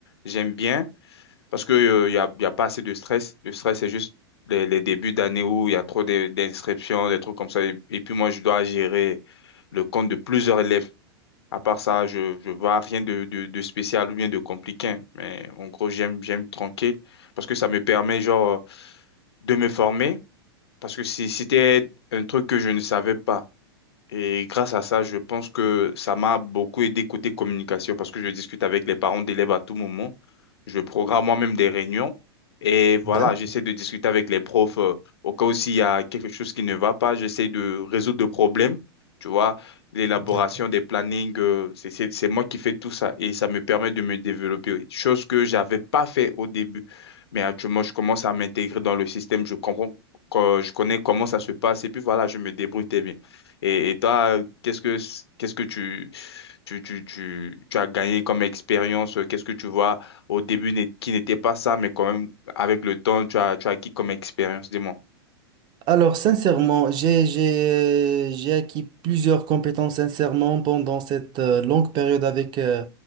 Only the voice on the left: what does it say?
J'aime bien parce que, euh, il y a, il y a pas assez de stress. Le stress, c'est juste les, les débuts d'année où il y a trop de- d'inscriptions, des trucs comme ça. et et puis moi, je dois gérer le compte de plusieurs élèves. À part ça, je je vois rien de, de, de spécial ou bien de compliqué. Mais en gros, j'aime j'aime tranquille parce que ça me permet genre de me former parce que si- si c'était un truc que je ne savais pas. Et grâce à ça, je pense que ça m'a beaucoup aidé côté communication parce que je discute avec les parents d'élèves à tout moment. Je programme moi-même des réunions et voilà,
j'essaie de discuter avec les profs euh, au cas où s'il y a quelque chose qui ne va pas, j'essaie de résoudre le problème. Tu vois, l'élaboration
des plannings, euh, c'est, c'est, c'est moi qui fais tout ça et ça me permet de me développer, oui. chose que j'avais pas fait au début. Mais actuellement, je commence à m'intégrer dans le système, je comprends, que- je connais comment ça se passe et puis voilà, je me débrouille très bien. Et, et toi, qu'est-ce que qu'est-ce que tu, tu, tu, tu, tu as gagné comme expérience? euh, Qu'est-ce que tu vois au début n'est- qui n'était pas ça, mais quand même, avec le temps, tu as, tu as acquis comme expérience, dis-moi.